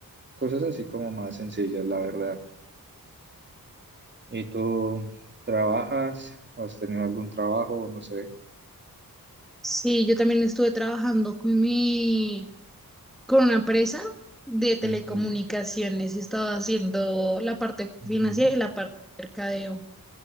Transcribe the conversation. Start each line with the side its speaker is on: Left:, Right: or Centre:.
Right: Cosas así como más sencillas, la verdad. ¿Y tú trabajas? ¿O ¿Has tenido algún trabajo? No sé.
Centre: Sí, yo también estuve trabajando con mi, con una empresa de telecomunicaciones
Right: Ujú,
Centre: y estaba haciendo la parte
Right: ujú.
Centre: financiera y la parte de mercadeo.